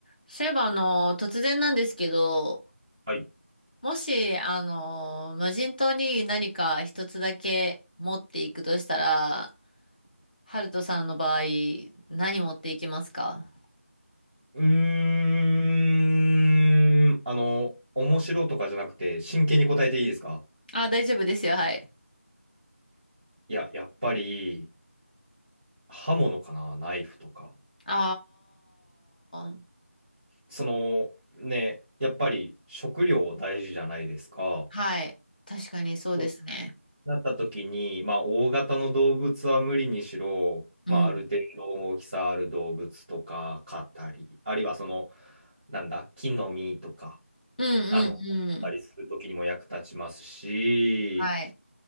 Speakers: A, on the left; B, in the centre.
A: そういえば、あの、突然なんですけど、
B: はい。
A: もし、あの、無人島に何か一つだけ持っていくとしたら、ハルトさんの場合、何持っていきますか
B: うーん、あの、面白とかじゃなくて、真剣に答えていいですか
A: あ、大丈夫ですよ、はい。
B: いや、やっぱり、刃物かな、ナイフとか。
A: あー、
B: その、ね、やっぱり食料大事じゃないですか。
A: はい。確かにそうですね。
B: となった時に、まあ、大型の動物は無理にしろ、
A: うん。
B: まあ、ある程度大きさある動物とか飼ったり、あるいはその、なんだ、木の実とか、
A: うんうんうん。
B: あの、飼ったりする時にも役立ちますし、
A: はい。